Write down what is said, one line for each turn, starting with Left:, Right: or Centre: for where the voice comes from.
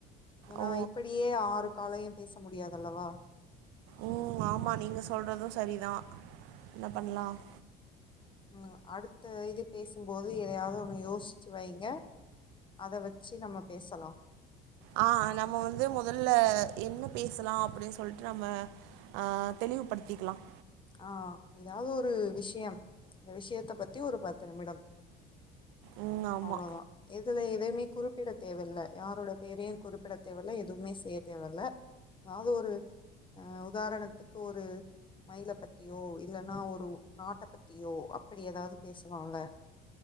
Left: ஏன்னா
Right: ஓ
Left: இப்படியே ஆறு காலையும் பேச முடியாதல்லவா
Right: உம் ஆமா நீங்க சொல்றதும் சரிதான் என்ன பண்லாம்
Left: உம் அடுத்த இது பேசும்போது எதையாவது ஒண்ணு யோசிச்சு வைங்க அத வச்சு நம்ம பேசலாம்
Right: ஆஹ நம்ம வந்து முதல்ல என்ன பேசலாம் அப்படின்னு சொல்லிட்டு நம்ம அஹ தெளிவுபடுத்திக்கலாம்
Left: ஆ ஏதாவது ஒரு விஷயம் இந்த விஷயத்த பத்தி ஒரு பத்து நிமிடம்
Right: ம் ஆமா
Left: அவ்ளோ தான் எ இதுல எதயுமே குறிப்பிட தேவல யாரோட பேரையும் குறிப்பிட தேவல எதுவுமே செய்ய தேவல எதாது ஒரு அ உதாரணத்துக்கு ஒரு மயில பத்தியோ இல்லன்னா ஒரு நாட்ட பத்தியோ அப்டி ஏதாவது பேசலான்ல